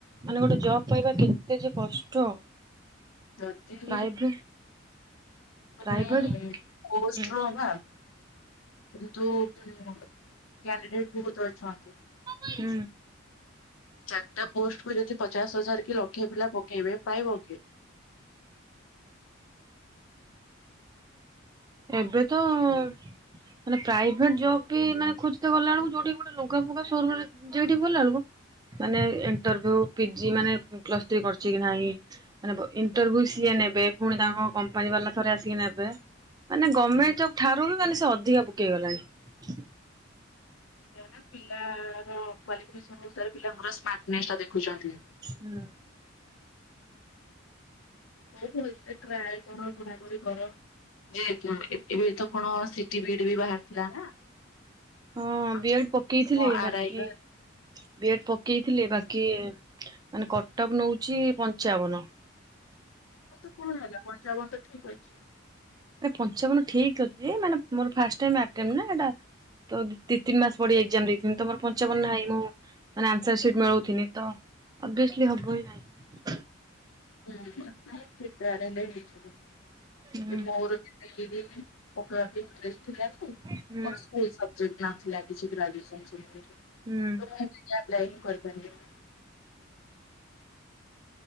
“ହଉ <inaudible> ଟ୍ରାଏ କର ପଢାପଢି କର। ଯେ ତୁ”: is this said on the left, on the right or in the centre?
Left